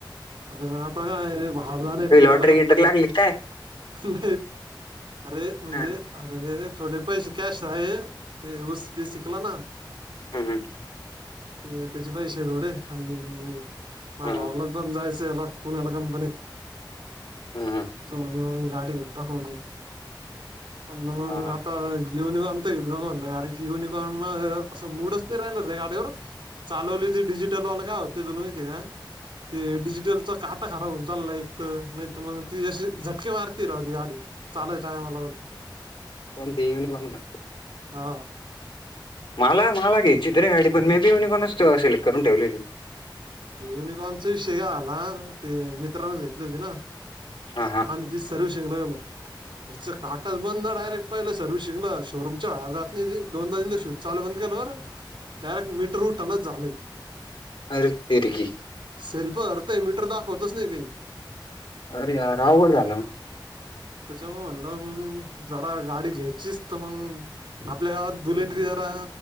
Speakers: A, on the right; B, on the left.
A: अरे माहता बावला नाही
B: काही
A: पूणाला
B: लॉटरी
A: कंपनी
B: गिटरी लागली
A: न.
B: काय
A: अरे म्हणजे
B: हा
A: अरे थोडे पैसे कॅश आहे ते ऊसडी शिकला ना.
B: हां हां.
A: ते त्याचे पैसे थोडे आणि मा
B: हं
A: भावाला पण जायच. ला पुण्याला कंपनी
B: हं
A: मग गाडी घ टाकव. मग
B: हां हां
A: आता युनिकॉन तर युनिकॉनला कारण की युनिकॉन म असं मूडच ते राहिल हो गाडीवर चालवली ते डिजिटलवाल का होते त माहिती का ते डिज लचा काटा खराब होऊन चालला एक तर नाहीतर मग ती जशी झटके मारती राहती गाडी चालेल टायमलागून
B: कोण त इवन वाण का?
A: हा.
B: मला मला घे चित्रे गाडी पण मे बी म कोणा सिलेक्ट करून ठेवलेली.
A: अरे युनिकॉर्नचा विषय का आला ते मित्रांनच घेतले होते ना.
B: हा हा.
A: आ्हीिी सर्विसिंगला गेलो. अरचं काटच बंद ना डायरेक्ट पहिलं सर्वि्हसिंग ला शोरूमच्या वहेर जात नाही दोदा दिन स्विच चालू बंद केलंवर डायरेक्ट मीटर रूटनच झालंय.
B: अर तिरगी
A: सेल्फ अर्थय मीटर दाखवतच नाही काही
B: अरे राव कड जाल.
A: त्याच्यामुळे म्हंलं जरा गाडी घ्यायचीच तर मग आपल्या गावात बुलेट वगैरा